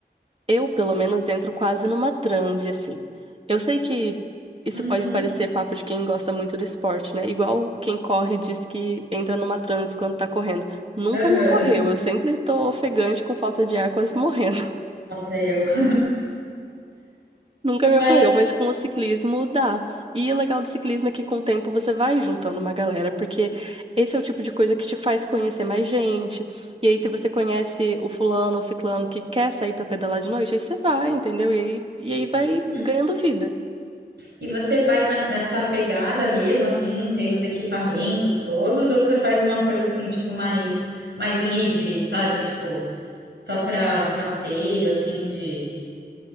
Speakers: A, on the right; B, on the right.
A: eu, pelo menos, entro quase numa transe, assim. Eu sei que isso
B: Uhum.
A: pode parecer papo de quem gosta muito do esporte, né? Igual quem corre diz que entra numa transe quando tá correndo. Nunca
B: Uhum.
A: me ocorreu, eu sempre estou ofegante com falta de ar, quase morrendo.
B: Nossa, eu. <laughs>
A: Nunca
B: Mas,
A: me ocorreu, mas com o ciclismo dá. E o legal do ciclismo é que com o tempo você vai juntando uma galera, porque esse é o tipo de coisa que te faz conhecer mais gente. E aí, se você conhece o fulano ou ciclano que quer sair pra pedalar de noite, aí você vai, entendeu? E aí, e aí vai
B: uhum.
A: ganhando vida.
B: E você faz na- nessa pegada mesmo, assim, tem os equipamentos todos, ou você faz uma coisa assim, tipo, mais, mais livre, sabe? Tipo, só para passeio, assim, de.